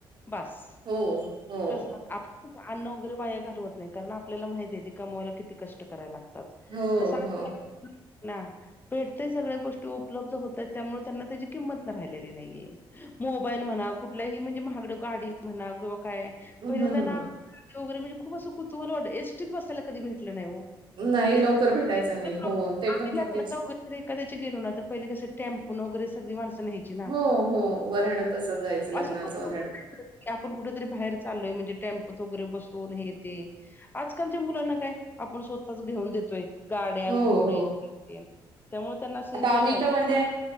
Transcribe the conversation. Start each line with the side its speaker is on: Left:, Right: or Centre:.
Left: बास..
Right: हो.. हो
Left: कस आपण अन्न वगैरे वाया घालवत नाही. कारण आपल्याला माहितीये आहे ते कमवायला किती कष्ट करायला लागत.
Right: हो,
Left: तस
Right: हो.
Left: <unintelligible> ना भेटतय सगळ्या गोष्टी उपलब्ध होतात त्यामुळे त्यांना त्याची किंमत राहिलेली नाहीये. मोबाईल म्हणा कुठल्याही म्हणजे महागडं गाडी म्हणा किंवा काय.
Right: हं.
Left: पहिल्यांदा ना वगैरे म्हणजे खूप असं कुतुहल एसटीत बस कधी भेटल नाही ओ
Right: नाही
Left: <unintelligible>
Right: लवकर भेटायचं नाही. हो, ते पण कितीच
Left: तर एखाद्या गेलो ना तर पहिल कसे टेम्पो न वगैरे सगळी माणसं न्या
Right: हो, हो. वऱ्हाड तसंच जायचं लग्नाचं
Left: असं <unintelligible>
Right: वऱ्हाड.
Left: आप कुठ तरी बाहेर चालोय म्हणजे टेम्पोत वगैरे बसून हे ते. आजकालच्या मुलांना काय आपण स्वतःच घेऊन देतोय गाड्यान
Right: हो,
Left: घोडे
Right: हो.
Left: हे तेन त्यामुळे त्यांना असं
Right: आता
Left: हे
Right: आम्ही
Left: राहिलं
Right: तर म्हणजे
Left: नाही